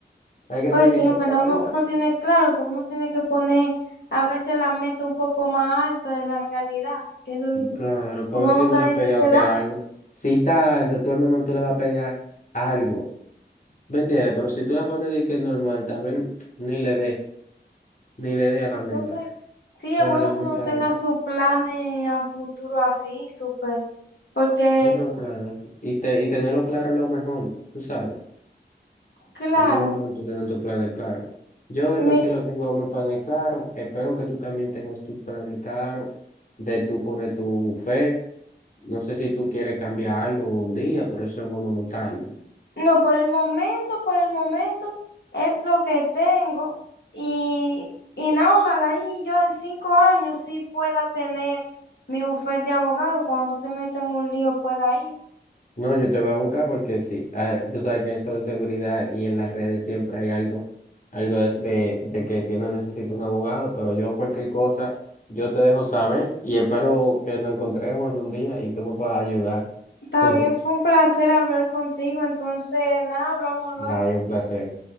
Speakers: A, on the left; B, on the left.
A: Hay que
B: Pues
A: ser ambicioso
B: sí, en verdad
A: en la vida.
B: uno, uno tiene claro, porque uno tiene que poner a veces la meta un poco más alta de la realidad, que lo-
A: Claro, para
B: porque
A: ver
B: uno
A: si
B: no
A: uno
B: sabe
A: le pega
B: si se
A: que
B: da.
A: algo. Si tarde, tú al menos tú le vas a pegar algo. ¿Me entiendes? Pero si tú la pones de que es normal, tal vez ni le dé, ni le dé a la
B: Entonces,
A: meta.
B: sí
A: Pero
B: es bueno
A: la meta
B: que uno tenga
A: es.
B: sus planes a futuro así, súper, porque,
A: No, claro. Y, te, y tenerlo claro es lo mejor, tú sabes.
B: claro,
A: Es lo mejor tú tener tus planes claros. Yo de
B: mi-
A: por sí lo tengo mis planes claros. Espero que tú también tengas tus planes claros de tú poner tu buffet. No sé si tú quieres cambiar algo un día, por eso es bueno notarlo.
B: no, por el momento, por el momento es lo que tengo y, y nada, ojalá y yo en cinco años sí pueda tener mi bufete de abogado, cuando tú te metas en un lío pueda ir.
A: No, yo te voy a buscar porque sí, ah, tú sabes que en eso de seguridad y en las redes siempre hay algo, algo de, de, de que tiene necesito un abogado, pero yo cualquier cosa, yo te dejo saber y espero que nos encontremos algún día y tú me puedas ayudar.
B: Está
A: <laughs>
B: bien, fue un placer hablar contigo, entonces, nada, hablamos
A: Bye,
B: luego.
A: un placer.